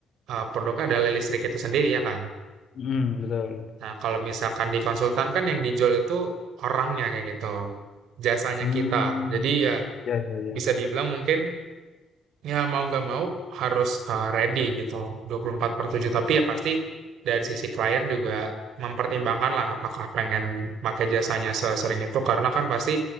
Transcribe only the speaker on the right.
eh, produknya adalah listrik itu sendiri ya kan.
Nah, kalau misalkan di konsultan kan yang dijual itu orangnya kayak gitu, jasanya
kita. Jadi ya
bisa dibilang mungkin ya mau nggak mau harus eh, ready gitu 24 per 7. Tapi ya pasti dari sisi klien juga mempertimbangkan lah apakah pengen pakai jasanya sesering itu. Karena kan pasti